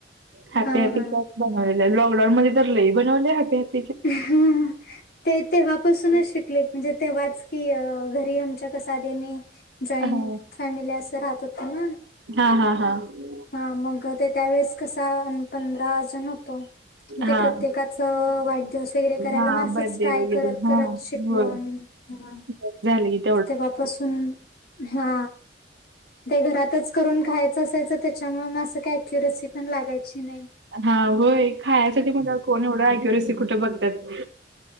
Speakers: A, on the right (about 80°); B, on the left (about 60°).
A: हॅपी
B: हा
A: हॅपीच
B: हा
A: बनवले आहे लॉकडाऊन मध्ये तर लही बनवले हॅपी हॅपी
B: ह ते ते वापासूनच शिकले म्हणजे तेव्हाच की घरी आमच्या कसा आध मी जॉईंट
A: हां.
B: फॅमिली असं राहत होत म
A: हां, हां, हां.
B: हा मग ते त्या वेळेस कसा पंधरा जण होतो ते
A: हां,
B: प्रत्येकाच वाट स वगरे करायला
A: हां.
B: मंच
A: बर्थडे
B: ट्राय
A: वगैरे
B: करत
A: हां,
B: करत शिकलो
A: होय.
B: आम्ही ह
A: बरं झालं क
B: तेव्हापासून हा ते घरातच करून खायचं असायचं त्याच्यामुळे म असं काही अक्युरेसी पण लागायची नाही
A: हा होय खायसाठी म्ह कोण एवढं ग्युरेसी कुठं बघतात